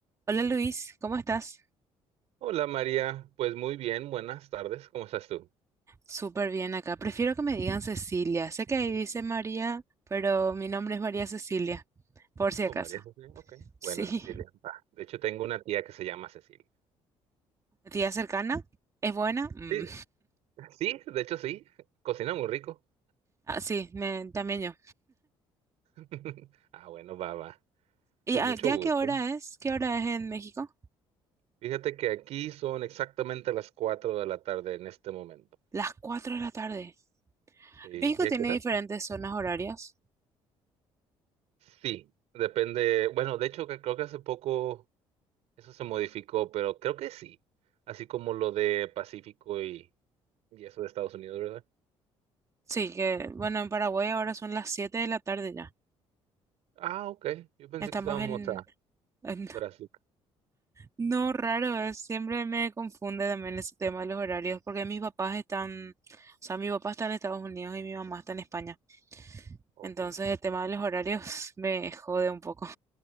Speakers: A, on the right; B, on the right.
A: Hola Luis, ¿cómo estás?
B: Hola María, pues muy bien, buenas tardes, ¿cómo estás tú?
A: Súper bien acá. Prefiero que me digan Cecilia. Sé que ahí dice María, pero mi nombre es María Cecilia, por si
B: Oh,
A: acaso.
B: María Cecilia,
A: <laughs>
B: ok.
A: Sí.
B: Bueno, Cecilia, va. De hecho, tengo una tía que se llama Cecilia.
A: ¿Tía cercana? ¿Es buena? Mm.
B: Sí, sí, de hecho sí, cocina muy rico.
A: Ah, sí, me- también yo.
B: <laughs> Ah, bueno, va, va.
A: ¿Y
B: Pues
A: ah,
B: mucho
A: ya
B: gusto.
A: qué hora es? ¿Qué hora es en México?
B: Fíjate que aquí son exactamente las 4 de la tarde en este momento.
A: Las 4 de la tarde.
B: Sí,
A: México
B: ¿y a
A: tiene
B: qué hora?
A: diferentes zonas horarias.
B: Sí, depende. Bueno, de hecho, que creo que hace poco eso se modificó, pero creo que sí. Así como lo de Pacífico y, y eso de Estados Unidos, ¿verdad?
A: Sí, que bueno, en Paraguay ahora son las 7 de la tarde ya.
B: Ah, ok. Yo pensé
A: Estamos
B: que estábamos
A: en,
B: a
A: en
B: Strasbourg.
A: No, raro, es, siempre me confunde también ese tema de los horarios, porque mis papás están, o sea, mi papá está en Estados Unidos y mi mamá está en España.
B: Oh,
A: Entonces
B: sí.
A: el tema de los horarios <laughs> me jode un poco.